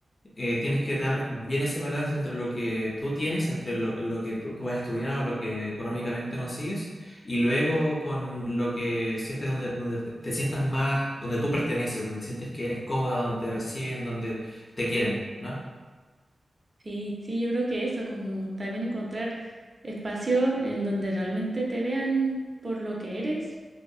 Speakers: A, on the left; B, on the right.
A: eh, tienes que dar bien ese balance entre lo que tú tienes, entre lo, lo que tú, tú has estudiado, lo que económicamente consigues, y luego con lo que sientes donde, donde te, te sientas más, donde tú perteneces, donde sientes que eres cómoda, donde te reciben, donde te quieren, ¿no?
B: Sí, sí, yo creo que eso, como también encontrar espacio en donde realmente te vean por lo que eres